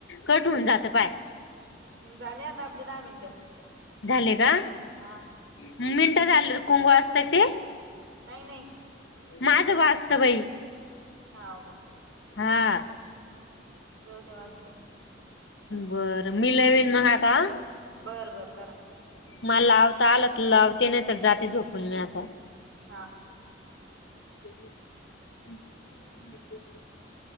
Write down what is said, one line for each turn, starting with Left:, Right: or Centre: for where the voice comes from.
Left: कट होऊन जातं पाय
Right: झाले आता आपली दहा मिनिटं
Left: झाले का
Right: हा
Left: मिनटं झालं र कुंग वाजत ते
Right: नाई नाई.
Left: माझं वाजत बाई
Right: हाव का.
Left: हा
Right: हम्म जाऊ दया वाजू द्या.
Left: बरं मी लावीन मग आता हा
Right: बरं बर करा.
Left: मला लावता आलं तर लावते नाय तर जाते झोपूण मी आता
Right: हा
Left: <inaudible>